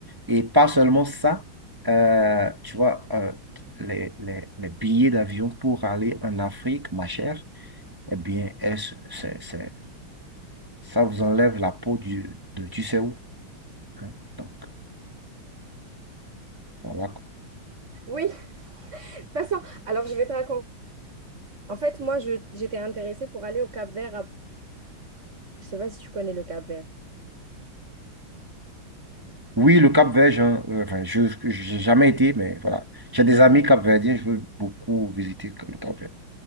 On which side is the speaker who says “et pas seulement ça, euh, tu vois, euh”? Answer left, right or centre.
Right